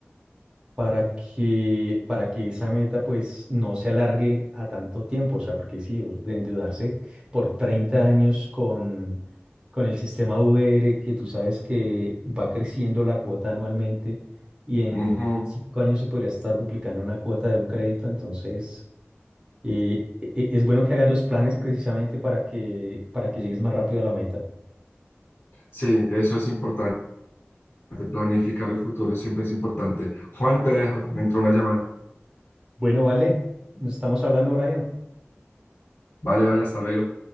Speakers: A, on the right; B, on the left.
A: para que, para que esa meta pues no se alargue a tanto tiempo, o sea, porque sí, de endeudarse por 30 años con, con el sistema VR, que tú sabes que va creciendo la cuota anualmente y en
B: Ujú.
A: cinco años se podría estar duplicando una cuota de un crédito, entonces eh, e- e- es bueno que hagas los planes precisamente para que, para que llegues más rápido a la meta.
B: Sí, eso es importante. Planificar el futuro siempre es importante. Juan, te dejo, me entró una llamada.
A: Bueno, vale, nos estamos hablando, Brian.
B: Vale, vale, hasta luego.